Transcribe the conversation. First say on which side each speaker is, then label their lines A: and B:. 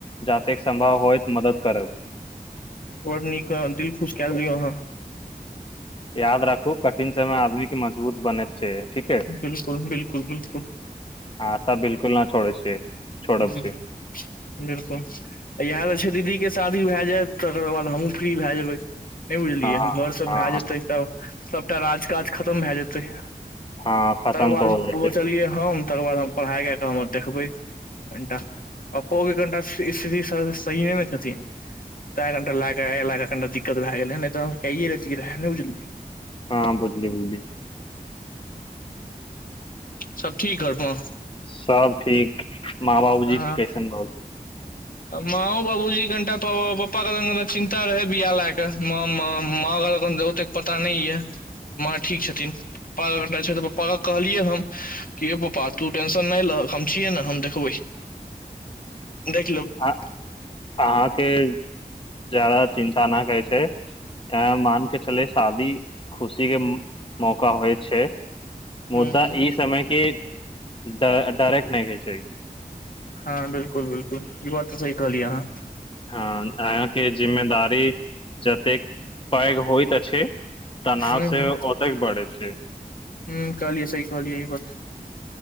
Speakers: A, on the left; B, on the left.
A: जातेक सम्भव होइत मदद करब
B: बड़ नीक दिल खुश कए देलियौ अहाँ
A: याद राखु कठिन समय आदमी के मजबूत बनैत छै ठीके
B: बिलकुल बिलकुल बिलकुल
A: आशा बिलकुल न छोड़ै छै छोड़ब
B: हूंँ
A: छै
B: बिलकुल इएह जे छै दीदीके शादी भए जायत तकर बाद हमहूँ फ्री भए जेबै नहि बुझलियै
A: हँ
B: घर सब
A: हँ
B: भय जेते तऽ सबटा राज काज खतम भए जेते त
A: हँ खतम
B: तकर बाद
A: तऽ हो जाइ
B: बचलियै
A: छै
B: हम तकर बाद हम पढ़ाइ के क काम देखबै कनिटा पप्पो के कनिटा स्थिति सही ने ने छथिन तें कनिटा लए कऽ अ ल कऽ कनिटा दिक्कत भए गेलै ने तऽ कैए रतिय रहे ने बुझलियै
A: हँ बुझलि बुझली
B: सबब ठीक घर मऽ
A: सब ठीक माँ बाबूजी
B: अहाँ
A: कैसनग
B: माँओ बाबूजी कनिटा पापाे चिन्ता रहै।। बआाह लए कऽ। म म माँ गाल कन देबत। पता नय य, माँ ठीक छथिन पप पप्पा के कहलिए हम कि यौ तु टेन्शन नय ल हम देखकर दे
A: अ अहाँके जादाा चिन्ता नहि कहैत छै। मान के चले शादी खुशी के मौका होइ छै। मुद्दा
B: हूं हूं
A: ई समयके। ड डायरेक्ट नहि होइ छै।
B: हँ बिलकुल बिलकुल ई बात तऽ सही कहलिय हँ।
A: हँ अहाँके जिम्मेदारी जतेक पैघ होइत अछि। तनाव
B: ह
A: से
B: ह
A: ओतेक बढ़ै छै
B: ह कहलियऐ सही कहलियऐ इ बात।